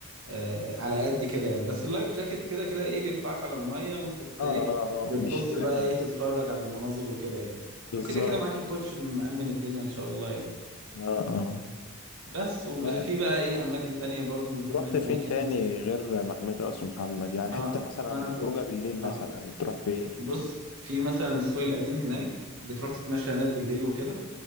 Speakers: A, on the right (about 60°); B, on the left (about 75°).
A: آه، على قد كده يعني بس اللايف جاكيت كده كده ايه بيرفعك على الميه وانت بت-
B: اه
A: ايه
B: اه
A: بتبص
B: آه، بيشيلك
A: بقى
B: يعني
A: ايه تتفرج على المناظر وكده يعني
B: بالظبط
A: وكده كده معاك الكوتش مأمن الدنيا ان شاء الله يعني
B: اه اه
A: بس وفي
B: ما
A: بقى ايه اماكن تانية برضو من ضمن
B: رحت
A: الاماكن
B: فين تاني
A: في
B: غير محمود راس محمد يعني
A: ما,
B: حتة مثلا
A: ما انا ب...
B: خروجه بالليل مثلا
A: آه.
B: تروح فين
A: بص في مثلا السوق القديم هناك بتروح تتمشى هناك بالليل وكده